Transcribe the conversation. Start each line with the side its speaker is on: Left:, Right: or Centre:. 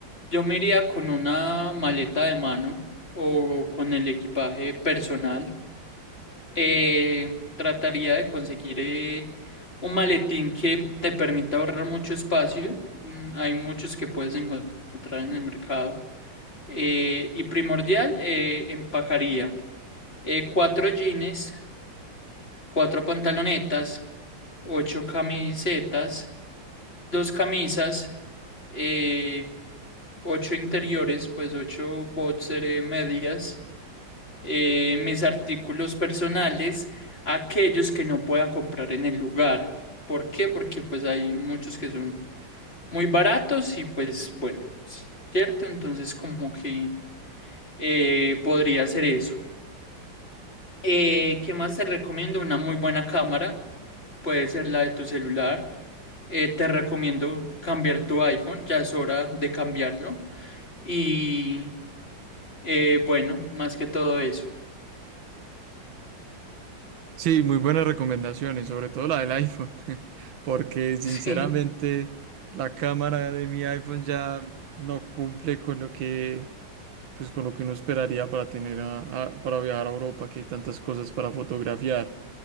Left: Yo me iría con una maleta de mano o con el equipaje personal. Eh, trataría de conseguir eh, un maletín que te permita ahorrar mucho espacio. Mm, Hay muchos que puedes encontrar en el mercado. Eh, y primordial, eh, empacaría eh, cuatro jeans, cuatro pantalonetas, ocho camisetas, dos camisas. eh, ocho interiores, pues ocho boxer eh, medias, eh, mis artículos personales, aquellos que no pueda comprar en el lugar. ¿Por qué? Porque pues hay muchos que son muy baratos y pues bueno, ¿cierto? Entonces como que eh, podría ser eso. Eh, ¿qué más te recomiendo? Una muy buena cámara, puede ser la de tu celular. Eh, te recomiendo cambiar tu iPhone, ya es hora de cambiarlo. y Eh, bueno, más que todo eso. <laughs>
Right: Sí, muy buenas recomendaciones, sobre todo la del iPhone, <laughs> porque sinceramente
Left: Sí,
Right: la cámara de mi iPhone ya no cumple con lo que, pues, con lo que uno esperaría para tener a- a- para viajar a Europa, que hay tantas cosas para fotografiar.